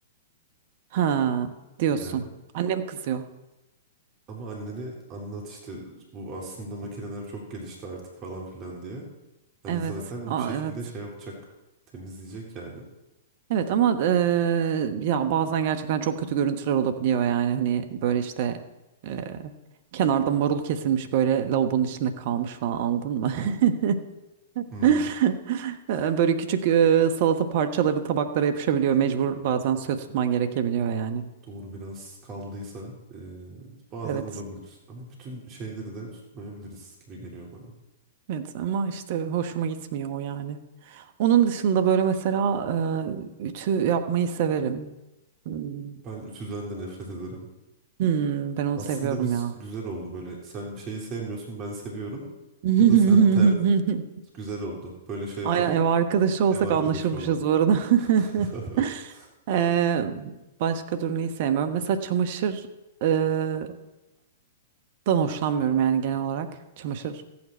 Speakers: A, on the right (about 50°); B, on the right (about 35°).
A: Ha diyorsun.
B: Yani
A: Annem kızıyor.
B: ama annene anlat işte bu aslında makineler çok gelişti artık falan filan diye. Hani
A: Evet.
B: zaten o
A: Aa,
B: bir şekilde
A: evet.
B: şey yapacak. Temizleyecek yani.
A: Evet ama eee, ya bazen gerçekten çok kötü görüntüler olabiliyor yani hani böyle işte eee, kenarda marul kesilmiş böyle lavabonun içinde kalmış falan anladın mı? <laughs> <laughs>
B: Hmm,
A: Böyle küçük e, salata parçaları tabaklara yapışabiliyor. Mecbur bazen suya tutman gerekebiliyor yani.
B: doğru biraz kaldıysa e, bazen
A: Evet.
B: olabilir. Ama bütün şeyleri de tutmayabiliriz gibi geliyor bana.
A: Evet ama işte hoşuma gitmiyor o yani. Onun dışında böyle mesela e, ütü yapmayı severim. Hmm.
B: Ben ütüden de nefret ederim.
A: Hmm, ben onu
B: Aslında
A: seviyorum
B: biz
A: ya.
B: güzel oldu böyle. Sen bir şeyi sevmiyorsun ben seviyorum.
A: <laughs>
B: Ya da sen ter... güzel oldu. Böyle şey yapalım.
A: Aynen ev arkadaşı olsak
B: Ev arkadaşı
A: anlaşırmışız
B: olalım.
A: bu arada. <laughs>
B: <laughs>
A: Eee, başka durmayı sevmiyorum. Mesela çamaşır eee, dan hoşlanmıyorum yani genel olarak. Çamaşır